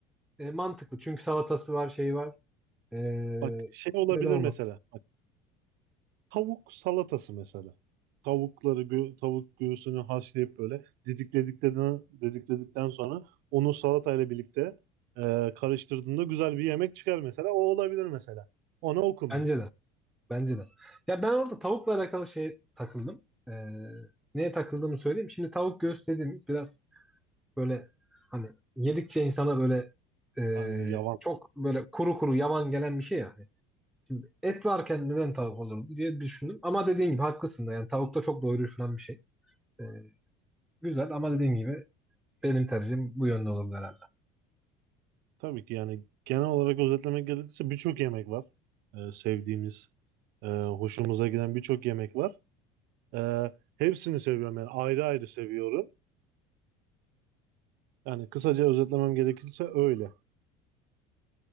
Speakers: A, in the centre; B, on the right.
A: e, mantıklı. Çünkü salatası var, şeyi var. E,
B: Bak şey olabilir
A: neden olmaz?
B: mesela. Tavuk salatası mesela. Tavukları gö- tavuk göğsünü haşlayıp böyle didikledikten didikledikten sonra onu salatayla birlikte e, karıştırdığında güzel bir yemek çıkar mesela. O olabilir mesela. Ona okum
A: Bence
B: ben.
A: de. Bence de. Ya ben orada tavukla alakalı şey takıldım. E, neye takıldığımı söyleyeyim. Şimdi tavuk göğüs dediğimiz biraz Böyle hani yedikçe insana böyle e,
B: Hani yavan.
A: çok böyle kuru kuru yavan gelen bir şey yani. Şimdi et varken neden tavuk olur diye düşündüm. Ama dediğin gibi haklısın da yani tavuk da çok doyurucu falan bir şey. E, güzel ama dediğin gibi benim tercihim bu yönde olurdu herhalde.
B: Tabii ki yani genel olarak özetlemek gerekirse birçok yemek var. E, sevdiğimiz, e, hoşumuza giden birçok yemek var. E, hepsini seviyorum yani ayrı ayrı seviyorum. Yani kısaca özetlemem gerekirse öyle.